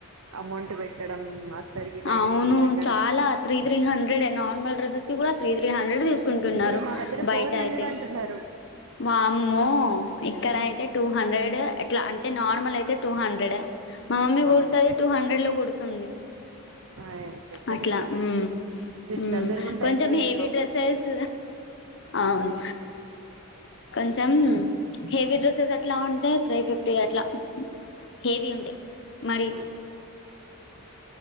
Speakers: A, on the right; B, on the left.
A: అమౌంట్ పెట్టడం, అస్తరికి లైనింగ్
B: అవును
A: కి పెట్టడం
B: చాలా త్రీ త్రీ హండ్రెడె. నార్మల్ డ్రెసెస్ కి కూడా త్రీ త్రీ హన్ హండ్రెడ్ తీసుకుంటన్నారు
A: ఇక్కడ మా దగ్గర
B: బయట
A: ఫోర్ హండ్రెడ్
B: అయితె.
A: అంటున్నారు
B: వామ్మో ఇక్కడ
A: ఉమ్
B: అయితే, టూ హండ్రెడ్ అట్లా అంటే నార్మల్ అయితే టూ హండ్రెడ్. మా మమ్మీ కుడుతది
A: అవును
B: టూ హండ్రెడ్ లో కుడుతుంది.
A: ఆ బెటరే
B: అట్ల
A: మరి
B: మ్మ్
A: మీరు
B: మ్మ్
A: దగ్గరగుంటే
B: కొంచెం
A: అయిపోయేది
B: హెవి
A: మాకు
B: డ్రెస్సెస్, అవును. కొంచెం హెవీ డ్రెస్సెస్ అట్లా ఉంటే, త్రీ ఫిఫ్టీ అట్లా. హేవీ ఉంటె. మరీ,
A: అదే